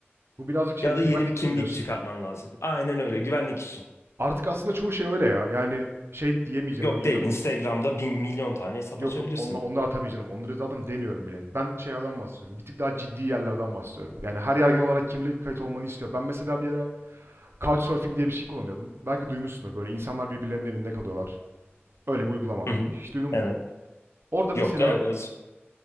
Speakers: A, on the right; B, on the left.
A: Bu birazcık şey
B: Ya
A: güvenlik
B: da yeni bir kimlik
A: için diyorsun.
B: çıkartman lazım. Aynen öyle. Güvenlik için.
A: Artık aslında çoğu şey öyle ya. Yani şey diyemeyeceğim
B: Yok
A: böyle inanılmaz
B: değil. Instagram'da bin milyon tane hesap
A: Yok
B: açabilirsin.
A: yok onla- onlar tabii canım. Onları zaten demiyorum bile. Ben şeylerden bahsediyorum. Bir tık daha ciddi yerlerden bahsediyorum. Yani her yer genel olarak kimlik kayıt olmanı istiyor. Ben mesela bir ara Couchsurfing diye bir şey kullanıyordum. Belki duymuşsundur. Böyle insanlar birbirlerinin evinde kalıyorlar. Öyle bir uygulama.
B: Hı hı.
A: Hiç duydun mu?
B: Evet.
A: Orada mesela
B: Yok. Evet.